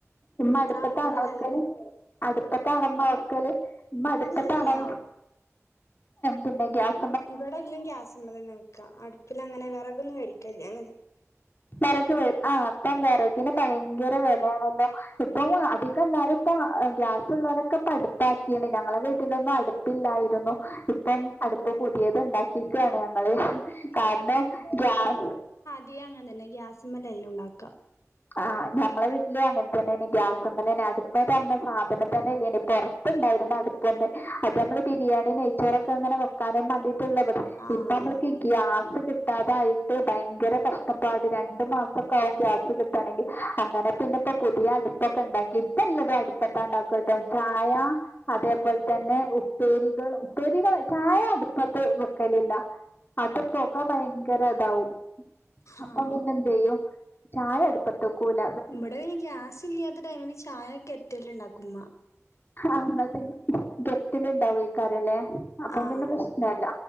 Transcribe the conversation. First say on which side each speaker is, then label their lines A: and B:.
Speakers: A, on the left; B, on the left.
A: ഇമ്മ അടുപ്പ
B: ആഹ് ഇപ്പൊ
A: ആണോ
B: കടണ്ട്
A: വക്കല് അടുപ്പത്താണൊ ഇമ്മ വക്കല് ഇമ്മ അടുപ്പത്താണോ
B: അല്ലല്ലല്ല
A: പിന്നെ ഗ്യാസ്
B: ഇവിടെല്ലും ഗ്യാസ്മ്മലന്നെ വെക്കാ അടുപ്പിൽ അങ്ങനെ വിറകൊന്നും മേടിക്കലില്ല അങ്ങനെ
A: വിറക് ഇ പ്പം വിറകിന് ഭയങ്കര വിലയാണല്ലോ ഇപ്പം അ എന്നാലും ഇപ്പോ ഗ്യാസുള്ളവനൊക്കെ ഇപ്പ അടുപ്പാക്കിയാണ് ഞങ്ങളെ വീട്ടിലൊന്നും അടുപ്പില്ലായിരുന്നു ഇപ്പം അടുപ് പുതിയത് ഉണ്ടാക്കിക്കാണ് ഞങ്ങള് കാരണം ഗ്യാസ്
B: ഇതി അങ്ങനെന്നെ ഗാസ്മല എല്ലാം ഉണ്ടാക്ക
A: ആഹ് ഞങ്ങളെ വീട്ടിലും അങ്ങനെ തന്നെ ഗ്യാസ്മലന്നെ അടുപ് ന്ന് പറഞ്ഞ സാധനം തന്നെല്ലേ ഇ പുറത്തുണ്ടായിരുന്നു അടുപ്പൊ ഒന്ന് അത് നമ്മള് ബിരിയാണി നെയ്ച്ചോറൊക്കെ അങ്ങനെ വെക്കാനും വേണ്ടിട്ടുള്ളത ഇബടെ
B: ആഹ്
A: ഇപ്പൊ നമ്മക്ക് ഗ്യാസ് കിട്ടാതായിട്ട് ഭയങ്കര കഷ്ടപ്പാട് രണ്ടു മാസം ക്കാവും ഗ്യാസ് കിട്ടുകവാണെങ്കിൽ അങ്ങനെ പിന്നെ ഇപ്പോ പുതിയ അടുപ്പൊക്കെ ഉണ്ടാക്കി ഇപ്പ എല്ലതും അടുപ്പത്താ ഉണ്ടാക്കട്ടോ ചായ അതേപോലെ തന്നെ ഉപ്പേരികൾ ഉപ്പേരികൾ ചായ അടുപ്പത്ത് വെക്കലില്ല അത് പുക ഭയങ്കര ഇതാവും അപ്പൊ
B: ആഹ്
A: പിന്നെന്ത്യ്യും ചായ അടു അടപ്പത്തക്കൂല
B: ഇവിടെ പിന്നെ ഗ്യാസ് ഇല്ലാത്ത ടൈമില് ചായൊക്കെ കെറ്റലിലുണ്ടാക്കും ഇമ്മ
A: ആഹ് അങ്ങത് ഗെറ്റല്ണ്ടാവും ഏകാരല്ലേ അപ്പം
B: ആഹ്
A: പിന്നെ പ്രശ്നം ല്ല